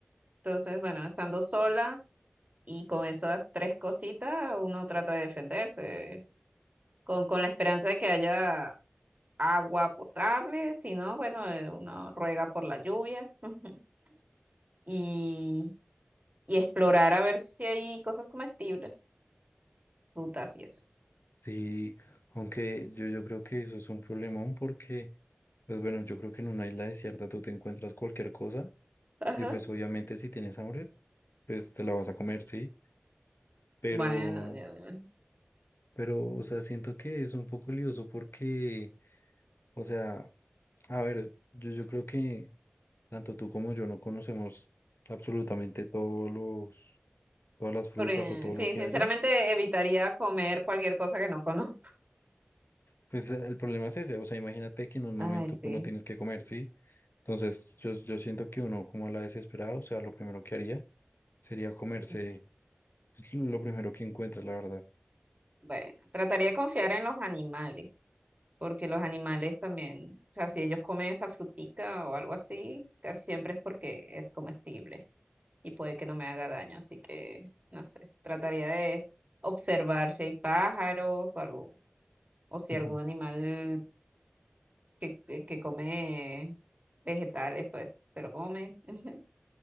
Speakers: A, on the right; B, on the left.
A: Entonces, bueno, estando sola y con esas tres cositas, uno trata de defenderse. con, con la esperanza de que haya agua potable, si no, bueno, eh, uno ruega por la lluvia <laughs> y, y explorar a ver si hay cosas comestibles, frutas y eso.
B: Sí, aunque yo, yo creo que eso es un problemón porque, pues bueno, yo creo que en una isla desierta tú te encuentras cualquier cosa
A: Ajá.
B: Y pues obviamente si tienes hambre, pues te la vas a comer, sí, pero,
A: Bueno, ya, ya.
B: pero, o sea, siento que es un poco lioso porque, o sea, a ver, yo, yo creo que tanto tú como yo no conocemos absolutamente todos los, todas las frutas
A: Por, eh,
B: o todo
A: sí,
B: lo que
A: sinceramente
B: haya.
A: evitaría comer cualquier cosa que no conozco.
B: Pues eh, el problema es ese, o sea, imagínate que en un momento
A: Ay, sí.
B: tú no tienes que comer, sí. Entonces, yo, yo siento que uno como a la desesperada, o sea, lo primero que haría sería comerse
A: Ujú.
B: pues, lo primero que encuentra, la verdad.
A: Bueno, trataría de confiar en los animales, porque los animales también, o sea, si ellos comen esa frutica o algo así, casi siempre es porque es comestible. y puede que no me haga daño, así que no sé, trataría de observar si hay pájaros o algo, o si
B: <laughs>
A: algún animal eh, que, que- que come vegetales, pues se lo come, <laughs>